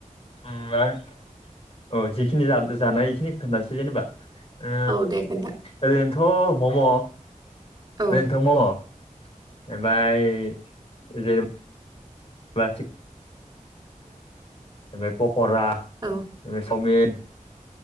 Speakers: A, on the left; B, on the right.
A: आं अ जिखिनि जानाय इखिनिखो खोनथानोसै जेनेबा ओ
B: औ दे खोन्था
A: ओरैनोथ' मम' ओरैनो
B: औ
A: मम ओमफ्राय जेनेबा <unintelligible> ओफ्राय पकरा
B: औ
A: चावमिन